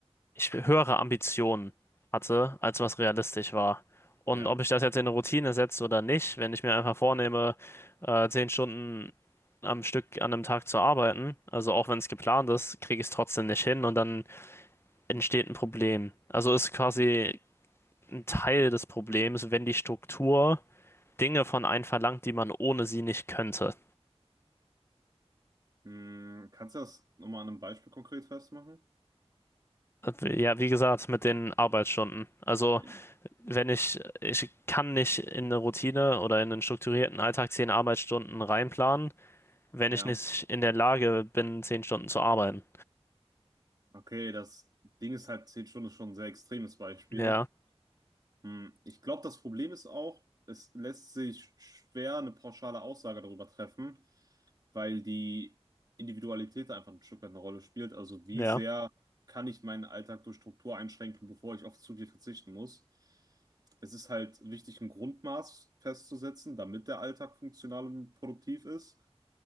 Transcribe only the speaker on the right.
Ja.
Mm, Kannst du das nochmal an einem Beispiel konkret festmachen?
Äh,
Ja.
Okay, das Ding ist halt, 10 Stunden ist schon ein sehr extremes Beispiel.
Hm, ich glaube, das Problem ist auch, es lässt sich schwer eine pauschale Aussage darüber treffen, weil die Individualität einfach ein Stück weit eine Rolle spielt. Also wie
sehr kann ich meinen Alltag durch Struktur einschränken, bevor ich auf zu viel verzichten muss? Es ist halt wichtig, ein Grundmaß festzusetzen, damit der Alltag funktional und produktiv ist.